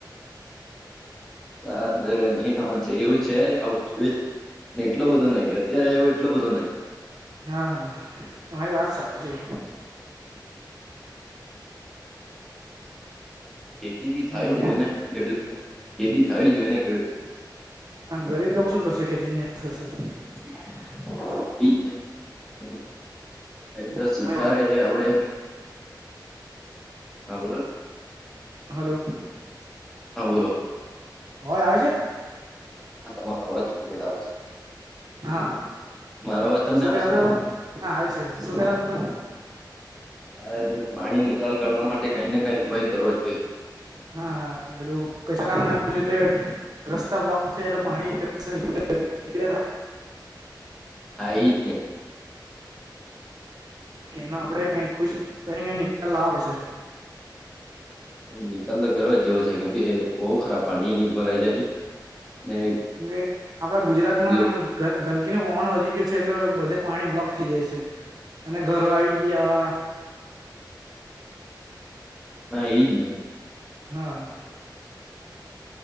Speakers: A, in the centre; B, on the right.
A: સાદ એવું છે એવું છે આવું જોઈએ. એટલો બધો નહિ અત્યારે આવ્યો એટલો બધો નહી.
B: હા તમારી વાત સાચી.
A: ખેતી બી થવી
B: હલો
A: જોઈએ ને ખેડૂત ખેતી થવી જોઈએ ને ખેડૂત.
B: આ ગરીબ લોકો શું કરશે ખેતી નહી થશે તો.
A: <unintelligible> એક તો
B: તમારી
A: સરકારે
B: વાત
A: આવડે હા બોલો ન
B: હાલો
A: હા બોલો
B: અવાજ આવે છે.
A: હા તમારો અવાજ ધીમે આવે છે.
B: હા
A: મારો અવાજ તમને
B: શું
A: આવે
B: કેતા
A: છે
B: તમે આવે છે શું કેતા તા તમે.
A: હા પાણી નિકાલ કરવા માટે કઈ ને કઈ ઉપાય કરવો જોઈએ.
B: હા પેલું કચરામાં ને તો રસ્તા બ્લોક થયેલા પાણી નીકળે નીકળે સે.
A: હા એજ ને.
B: એનો આપણે કઈ ખુશ કરીને નિકાલ લાવવા પડશે.
A: નિકાલ તો કરવા જ જેવો છે કેમ કે બહુ ખરાબ પાણી ભરાઈ જાય. ને
B: કેમ કે આપણા ગુજરાતમાં
A: લોકો
B: ગંદકીનું વહણ વધી ગયું છે એટલે બધે પાણી બ્લોક થઈ જાય છે. અને ઘરો આવી ગયા.
A: હા એઈ જ ને.
B: હા.